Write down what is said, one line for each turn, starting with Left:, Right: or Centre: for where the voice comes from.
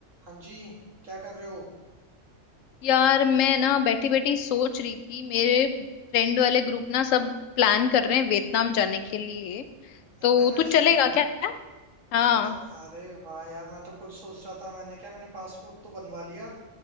Right: हाँ जी क्या कर रहे हो
Left: यार मैं ना बैठी बैठी सोच रही थी मेरे फ्रेंड वाले ग्रुप ना सब प्लान कर रहे हैं वियतनाम जाने के लिए तो
Right: इंटरनेशनल
Left: तू चलेगा क्या हाँ
Right: इंटर अरे वाह यार मैं तो खुद सोच रहा था मैंने क्या मैंने पासपोर्ट तो बनवा लिया